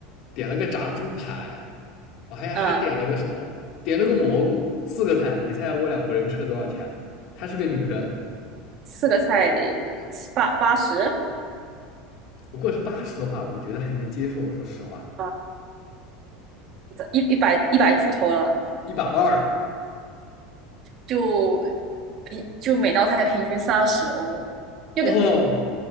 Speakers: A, on the left; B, on the right.
A: 点了个炸猪排，我还还点了个什么，
B: 嗯，
A: 点了个蘑菇，四个菜，你猜猜我两个人吃了多少钱？她是个女生，
B: 四个菜七八八十
A: 如果是八十的话，我觉得还能接受，说实话，
B: 啊，一一百一百出头了，
A: 一百二
B: 就平就每道菜平均三十欧，就可能
A: 哦，